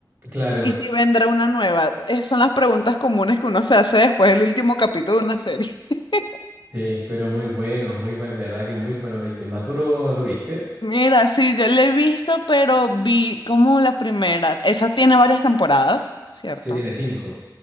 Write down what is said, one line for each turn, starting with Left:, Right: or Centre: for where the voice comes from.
Right: Claro.
Left: ¿Y si vendrá una nueva? Esas son las preguntas comunes que uno se hace después del último capítulo de una serie. <laughs>
Right: Sí, pero muy bueno, muy bueno, de verdad que es muy bueno Breaking Bad. ¿Tú lo, lo viste?
Left: Mira, sí, yo la he visto, pero vi como la primera. Esa tiene varias temporadas, ¿cierto?
Right: Sí, tiene cinco.